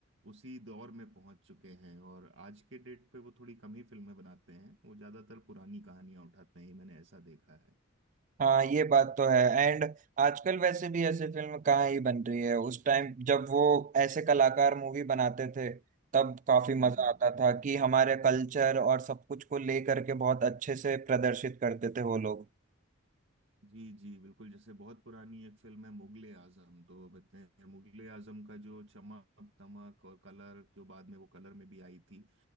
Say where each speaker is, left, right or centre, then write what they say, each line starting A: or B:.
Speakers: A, on the right (about 60°); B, on the right (about 40°).
A: उसी दौर में पहुंच चुके हैं और आज के डेट पे वो थोड़ी कम ही फिल्में बनाते हैं वो ज्यादातर पुरानी कहानियां उठाते हैं ये मैंने ऐसा देखा है
B: हाँ ये बात तो है एंड आजकल वैसे भी ऐसे फिल्म कहाँ ही बन रही है उस टाइम जब वो ऐसे कलाकार मूवी बनाते थे तब काफी
A: हम्म
B: मजा
A: हम्म।
B: आता था कि हमारे कल्चर और सब कुछ को ले करके बहुत अच्छे से प्रदर्शित करते थे वो लोग
A: जी जी बिल्कुल जैसे बहुत पुरानी एक फिल्म है मुगले आजम तो बताते हैं मुगले आजम का जो चमक दमक और कलर जो बाद में वो कलर में भी आई थी